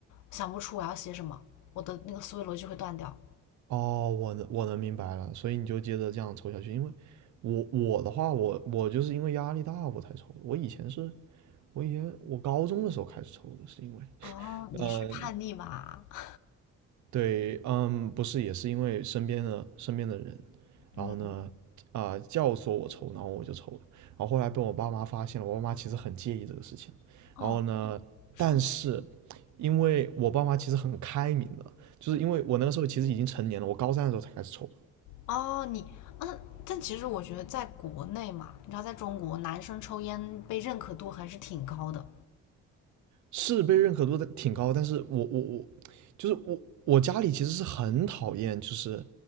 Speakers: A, on the left; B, on the right.
A: 想不出我要写什么，我的那个思维逻辑会断掉。
B: 哦，我能我能明白了，所以你就接着这样抽下去。因为我我的话，我我就是因为压力大我才抽。的。我以前是，我以前我高中的时候开始抽的，是因为
A: 哦，
B: 呃
A: 你是叛逆吧？<laughs>
B: 对，嗯，不是，也是因为身边的身边的人，然后呢，
A: 嗯，
B: 啊、教唆我抽，然后我就抽了，然后后来被我爸妈发现了，我爸妈其实很介意这个事情，
A: 哦，
B: 然后呢，
A: 是吗
B: 但是因为我爸妈其实很开明的，就是因为我那个时候其实已经成年了，我高三的时候才开始抽，
A: 哦，你嗯，但其实我觉得在国内嘛，你知道，在中国男生抽烟被认可度还是挺高的。
B: 是被认可度的挺高，但是我我我，就是我我家里其实是很讨厌，就是